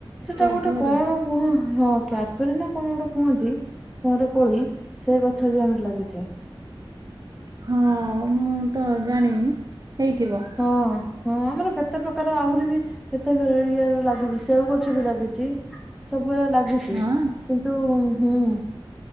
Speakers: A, in the centre; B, on the right.
A: ସେଟା
B: କ୍ୟାଡବରି
A: ଗୋଟେ କଣ କୁହ ହଁ କ୍ୟାଡବେରୀ ନା କଣ ଗୋଟେ କୁହନ୍ତି ସେ ଗୋଟେ କୋଳି ସେ ଗଛ ବି ଆମର ଲାଗିଚି।
B: ହଁ ମୁଁ ତ ଜାଣିନି ହେଇଥିବ।
A: ହଁ ହଁ, ଆମର କେତେ ପ୍ରକାର ଆହୁରି ବି କେତେ ଭେରା ଇଏର ଲାଗିଛି ସେଉ ଗଛ ବି ଲାଗିଛି। ସବୁ ଗୁରା ଲାଗିଛି।
B: ହଁ
A: କିନ୍ତୁ ହୁଁ ହୁଁ,